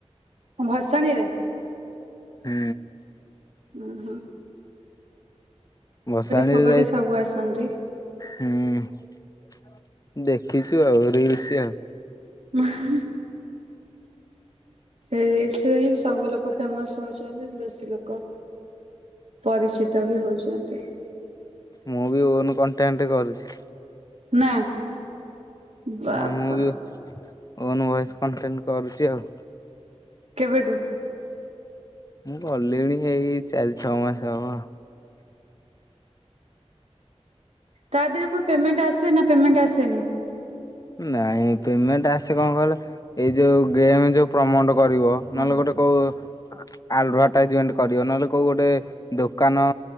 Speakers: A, on the right; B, on the left.
A: କଁ ଭସାଣୀ ରେ।
B: ହୁଁ।
A: ଉଁ ହୁଁ।
B: ଭସାଣିରେ
A: ଫଗରି
B: ଯାଇ
A: ସବୁ ଆସନ୍ତି।
B: ହୁଁ ଦେଖିଛୁ ଆଉ ରିଲସ ଆଉ।
A: <unintelligible> ସେଇଥିରେ ସବୁ ଲୋକ ଫେମସ ହଉଛନ୍ତି। ବେଶୀ ଲୋକ ପରିଚି ତ ବି ହଉଛନ୍ତି।
B: ମୁଁ ବି ଓନ କଣ୍ଟେଣ୍ଟ କରୁଛି।
A: ନା। ବାବା
B: ହଁ ମୁଁ ବି ଓନ ଭଏସ କଣ୍ଟେଣ୍ଟ କରୁଛି ଆଉ।
A: କେବେଠୁ?
B: ମୁଁ କଲିଣି ଏଇ ଚାରି, ଛଅ ମାସ ହବ।
A: ତା ଦେହରେ କ ପେମେଣ୍ଟ ଆସେ ନା ପେମେଣ୍ଟ ଆସେନି?
B: ନାଇଁ ପେମେଣ୍ଟ ଆସେ କଣ କହିଲ ଏଇ ଯୋଉ ଗେମ ଯୋଉ ପ୍ରମୋଟ କରିବ।
A: ହଁ।
B: ନହେଲେ ଗୋଟେ କୋଉ। ଆଡଭାଟାଇଜମେଣ୍ଟ କରିବ ନହେଲେ କୋଉ ଗୋଟେ ଦୋକାନ